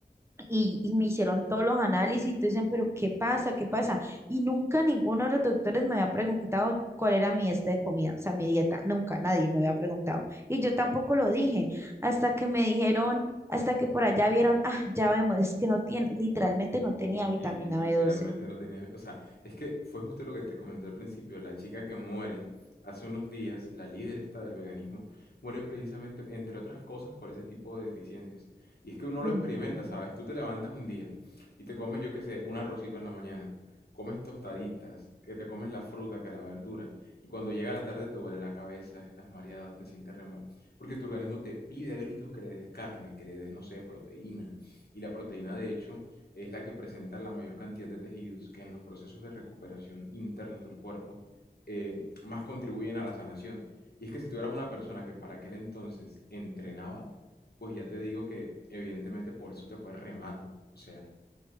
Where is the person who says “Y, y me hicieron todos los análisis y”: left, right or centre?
Right